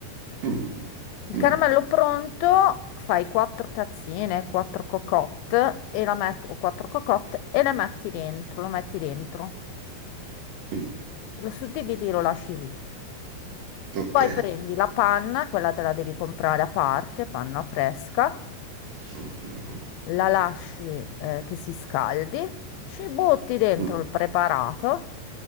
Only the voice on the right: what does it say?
Mm,
mm,
mm,
ok.
Mhm, mm,
mm,